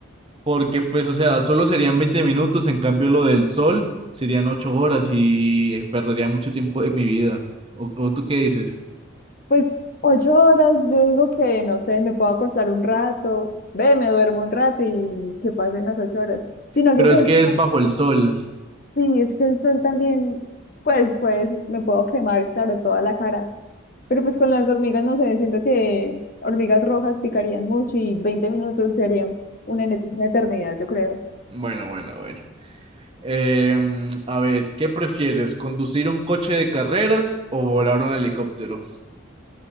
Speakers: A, on the right; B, on the left.
A: porque pues, o sea, solo serían 20 minutos, en cambio lo del sol serían 8 horas y perdería mucho tiempo de mi vida. ¿O, o tú qué dices?
B: Pues ocho horas, yo digo que, no sé, me puedo acostar un rato, ve, me duermo un rato y que pasen las ocho horas. Sino
A: Pero
B: que pues,
A: es que es bajo el sol.
B: sí, es que el sol también, pues, pues, me puedo quemar, claro, toda la cara. Pero pues con las hormigas, no sé, siento que hormigas rojas picarían mucho y 20 minutos serían una, enet- una eternidad, yo creo.
A: Bueno, bueno, bueno. Em, a ver, ¿qué prefieres? ¿Conducir un coche de carreras o volar un helicóptero?